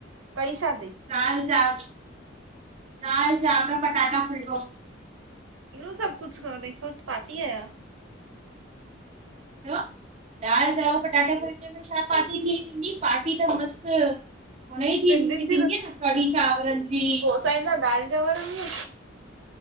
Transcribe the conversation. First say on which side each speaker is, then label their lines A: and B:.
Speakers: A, on the right (about 85°); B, on the right (about 35°).
A: कई छा तई?
B: दाल, चांव, दाल, चांवर, पटाटा फुलको।
A: एॾो सभु कुझु खा थई, छो अॼु पार्टी आ छा?
B: छोँ, दालि चावर पटाटे फुल्के में छा पार्टी थी थींदी। पार्टी त मस्त हुनजी
A: सिंधियुनि
B: थींदी थींदी आ न कढ़ी चांवरनि जी
A: पेहंजा दाल चांवर बि